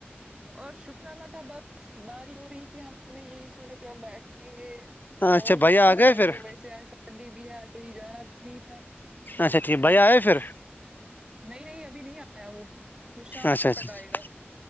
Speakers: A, on the right; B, on the left.
A: اور شکرالا کا بس باری ہو رہی تھی ہم نے یہی سنے کہ بیٹھ یں گے موج
B: اچھا بھیا
A: مستی
B: آ گئے
A: کریں
B: پھر
A: گے اور ویسے آج سنڈے بھی ہے آج کہیں جانا بھی نہیں تھا
B: اچھا ٹھیک ہے بھائی آئے پھر
A: نہیں نہیں ابھی نہیں آیا وہ وہ شام
B: اچھا اچھا
A: تک آئے گا